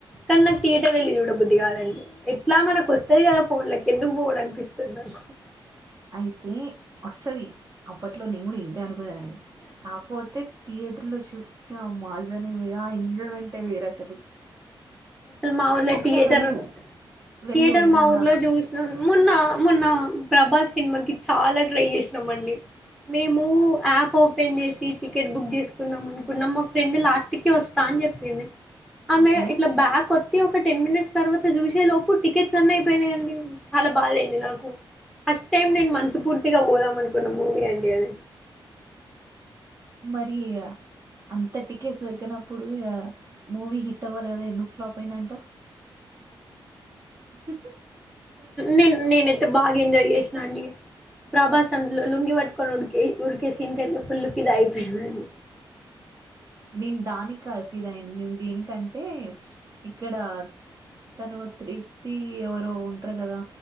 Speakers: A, in the centre; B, on the right (about 35°).
A: కానీ నాకు థియేటర్ వెళ్ళీ చూడబుద్దు దిగాలండి ఎట్లా మనకు వస్తుంది కదా ఫోన్లకి ఎందుకు పోడం అనిపిస్తుంది నాకు
B: అయితే వస్తంది అప్పట్లో ని కూడా ఇ అనుకోనెదని కాకపోతే తీయి తుర్లో చూస్తే ఆ మోజానే వే ఆ ఎంజొయ్మెంత్ వెంటే వేర్ అసలు
A: సల్ మా ఊర్లో
B: ఒకసారి
A: టియేటరు
B: వెళ్ళు వెళ్ళు
A: టియేటర్
B: ఏమన్నా
A: మా ఊర్లో జూసినాను మొన్నా మొన్నా ప్రభాస్ సినిమాకి చాలా ట్రై జేసినామండి మేమూ యాప్ ఓపెన్ జేసి టికెట్ బుగ్ జేసుకుందాం అనుకున్నం మా ఫ్రెండ్ లాస్ట్ కే వస్తా అని జెప్పింది అమె
B: ఓకే.
A: ఇట్ల బ్యాక్ తి ఒక టెన్ మినిట్స్ తర్వాత జూసే లోపు టికెట్స్ అన్ని అయిపోయినయండి చాల భాదైంది నాకు ఫస్ట్ టైం నేను మనసు పూర్తిగా బోదాం అనుకున్న మూవీ అండీ అది
B: మరీ య అంతటికే సొర్కేనప్పుడు య మూవీ హిట్ అవ్వాలి కదా ఎందుకు ఫ్లాప్ అయ్యిందంటవ్ <unintelligible>
A: నేన్ నేనైతే బాగా ఎంజాయ్ జేసినా అండీ ప్రభాస్ అందులో లుంగి పట్టు <unintelligible> డుకే ఉరికే సీన్ కయితే ఫుల్ ఫిదా అయిపోయిందండి
B: నేన్ దానిక్కాద్ ఫిదా అయింది నేన్ దేనికంటే ఇక్కడ తనూ త్రిప్తీ ఎవరో ఉంటరు గదా